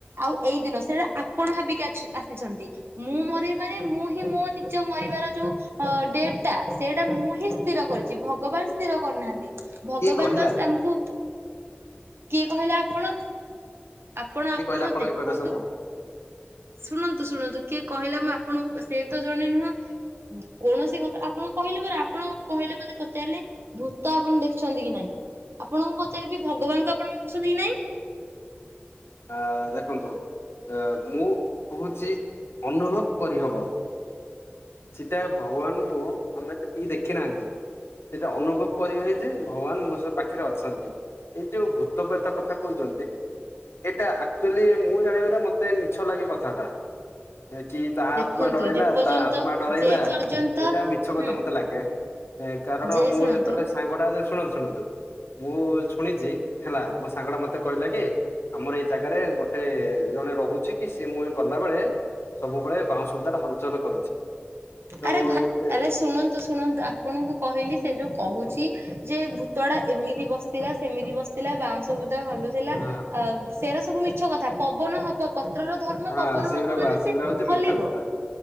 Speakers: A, on the right (about 75°); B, on the left (about 85°).
A: ଆଉ ଏଇ ଦିନ ସେଟା ଆପଣ ଭାବିକି ଆସିଛନ୍ତି ମୁଁ ମରିବିବାନ ମୁଁ ହିଁ ମୋ ନିଜ ମରିବାର ଯୋଉ ଡେଟ ଟା ସେଇଟା ମୁଁ ସ୍ଥିର କରିଛି ଭଗବାନ ସ୍ଥିର କରିୁନାହାନ୍ତି। ଭଗବାନ
B: କିଏ କହିଲା
A: ବାସ ଆମକୁ କିଏ କହିଲା ଆପଣ ଆପଣ
B: କିଏ
A: ଆପଣ
B: କହିଲା ଆପଣଙ୍କୁ
A: ଦେଖନ୍ତୁ
B: ଏ କଥା ସବୁ?
A: ଶୁଣନ୍ତୁ ଶୁଣନ୍ତୁ କିଏ କହିଲା ମୁଁ ଆପଣଙ୍କୁ ସେ ତ ଜଣେ ନୁହଁ କୌଣସି କଥା ଆପଣ କହିଲେ ପ ଆପଣ କହିଲେ ମତେ ପଚାରିଲେ ଭୂତ ଆପଣ ଦେଖୁଛନ୍ତି କି ନାଇଁ ଆପଣଙ୍କୁ ପଚାରିବି ଭଗବାନଙ୍କୁ ଆପଣ ମାଗୁଛନ୍ତି କି ନାଇଁ
B: ଆ ଦେଖନ୍ତୁ ମୁଁ କହୁଛି ଅନୁଭବ କରିହବ। ସେଟା ଭଗବାନଙ୍କୁ ଆମେ ତ ଟ ଦେଖି ନାହାନ୍ତି ସେଇଟା ଅନୁଭବ କରି ହୁଏ ଯେ ଭଗବାନ ମୋ ସ ପାଖରେ ଅଛନ୍ତି ଏଇ ଯୋଉ ଭୂତପେତା କଥା କହୁଛନ୍ତି ଏଇଟା ଆକ୍ଚୁଆଲି ମୁଁ ଜାଣିବାରେ ମତେ ମିଛ ଲାଗେ କଥାଟା। ହେ କି ତା
A: ଦେଖନ୍ତୁ
B: ଆତ୍ମା ଡରାଇଲା
A: ଯେ ପର୍ଯ୍ୟନ୍ତ
B: ତା ଡରେଇଲା
A: ଯେ ପର୍ଯ୍ୟନ୍ତ
B: ଏଇଟା ମିଛ କଥା
A: ହୁଁ
B: ମତେ ଲାଗେ କାରଣ
A: ଯେ
B: ମୁଁ
A: ଶୁଣନ୍ତୁ
B: ଯେତେବେଳେ ସାଙ୍ଗଟା ଶୁଣନ୍ତୁ ଶୁଣନ୍ତୁ ମୁଁ ଶୁଣିଛି ହେଲା ମୋ ସାଙ୍ଗ ଟା ମତେ କହିଲା କି ଆମର ଏଇ ଜାଗାରେ ଗୋଟେ ଜଣେ ରହୁଛି କି ସିଏ ମୁଁଏ ଗଲା ବେଳେ ସବୁବେଳେ ବାଉଁ ସୁବିଧା ଟା ହଲଚଲ କରୁଛି। ତ
A: ଆରେ ଭ
B: ଯେତେ
A: ଆରେ ଶୁଣନ୍ତୁ ଶୁଣନ୍ତୁ ଆପଣଙ୍କୁ କହିଲି ସେ ଯୋଉ କହୁଛି ଯେ ଭୂତ ଟା ଏମିତି ବସିଥିଲା ସେମିତି ବସିଥିଲା ବାଉଁଶ ଭୁ ହଲୁଥିଲା
B: ହଁ
A: ଅ ସୋ ସବୁ ମିଛ କଥା ପବନ ହବ ପତ୍ରର ଧର୍ମ
B: ହଁ
A: ପବନ
B: ସେଗୁରା
A: ହବ ମାନେ
B: ବା ସେଗୁରା
A: ସେ
B: ହଉଛି
A: ହଲିବ।
B: ମିଛ କଥା